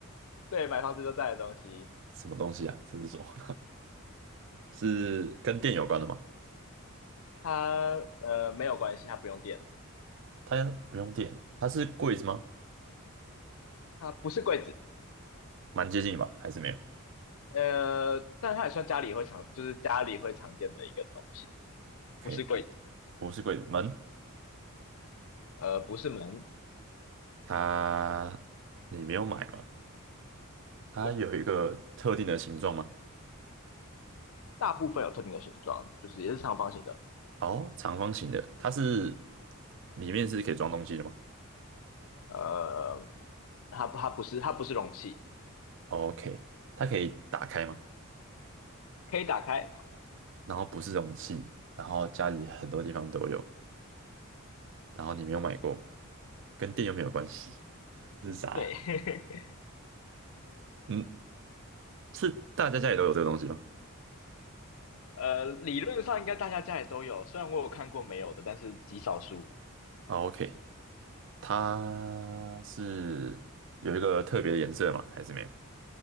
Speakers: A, on the left; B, on the right.
A: 对买房子都在的东西，
B: 什么东西啊？这是什么？<laughs> 是跟电有关的吗？
A: 它呃没有关系，它不用电，
B: 它不用电，它是柜子吗？
A: 它不是柜子，
B: 蛮接近吧，还是没有
A: 呃，但它也算家里会常，就是家里会常见的一个东西，
B: ？OK，
A: 不是柜子，
B: 不是柜子，门，
A: 呃，不是门，
B: 它你没有买吗？它有一个特定的形状吗？
A: 对，大部分有特定的形状，就是也是长方形的，
B: 哦，长方形的，它是里面是可以装东西的吗
A: 呃，它它不是它不是容器，
B: ？OK，它可以打开吗？
A: 可以打开，
B: 然后不是容器，然后家里很多地方都有，然后你没有买过，跟电又没有关系。这是啥？
A: 对，<laughs>
B: 嗯，是大家家里都有这个东西吗？
A: 呃，理论上应该大家家里都有，虽然我有看过没有的，但是极少数
B: 啊，OK，它是有一个特别的颜色吗？还是没有？